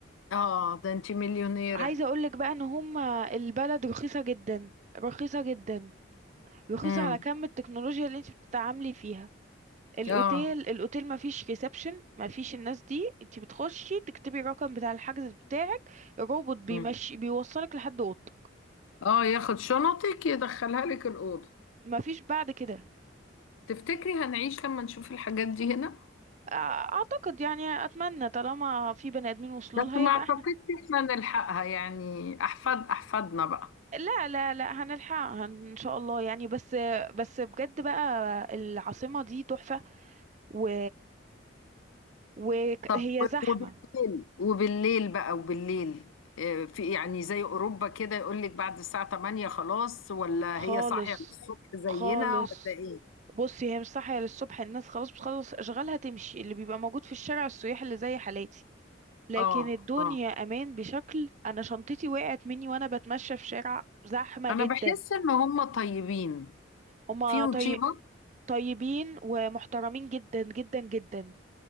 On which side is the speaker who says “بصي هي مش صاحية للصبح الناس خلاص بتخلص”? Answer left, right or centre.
Right